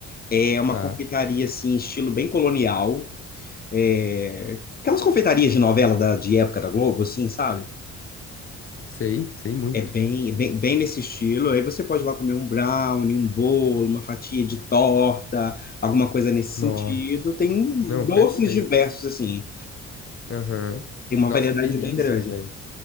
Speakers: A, on the left; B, on the left.
A: É uma
B: Tá,
A: confeitaria, assim, estilo bem colonial, é, aquelas confeitarias de novela da, de época da Globo, assim, sabe?
B: sei, sei muito.
A: É bem, é bem, bem nesse estilo. Aí você pode ir lá comer um brownie, um bolo, uma fatia de torta, alguma coisa nesse
B: Nossa.
A: sentido. Tem
B: Não,
A: doces
B: perfeito.
A: diversos, assim.
B: Aham.
A: Tem uma
B: Nossa,
A: variedade
B: que delícia,
A: bem grande.
B: velho.